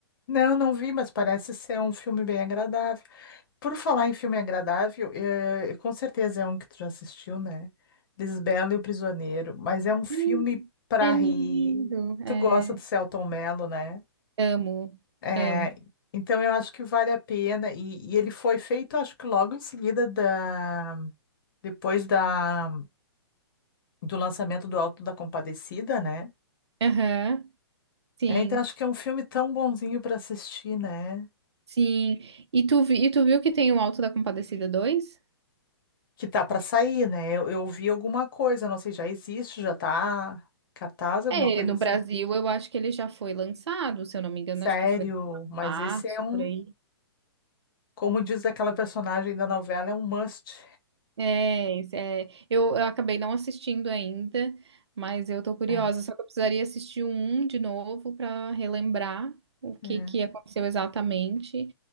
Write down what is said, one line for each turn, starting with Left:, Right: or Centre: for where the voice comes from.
Left: não, não vi, mas parece ser um filme bem agradável. Por falar em filme agradável, eh, com certeza é um que tu já assistiu, né? Lisbela e o Prisioneiro, mas é um filme
Right: Hum,
Left: pra
Right: É
Left: rir.
Right: lindo.
Left: Tu
Right: É,
Left: gosta do Selton Mello, né?
Right: amo,
Left: É,
Right: amo.
Left: então eu acho que vale a pena. E, e ele foi feito, acho que logo em seguida da, depois da, do lançamento do Alto da Compadecida, né?
Right: Aham, sim,
Left: É, então acho que é um filme tão bonzinho pra assistir, né?
Right: sim. E tu, vi- e tu viu que tem o Alto da Compadecida dois
Left: Que tá pra sair, né? Eu, eu vi alguma coisa, não sei, já existe, já tá cartaz, alguma
Right: É,
Left: coisa
Right: no
Left: assim.
Right: Brasil eu acho que ele já foi lançado, se eu não me engano,
Left: Sério,
Right: acho que foi em
Left: mas
Right: março,
Left: esse é um,
Right: por aí.
Left: como diz aquela personagem da novela, é um must.
Right: É, esse- é, eu, eu acabei não assistindo ainda, mas eu tô curiosa,
Left: É,
Right: só que eu precisaria assistir um de novo para relembrar o que
Left: é,
Right: que aconteceu exatamente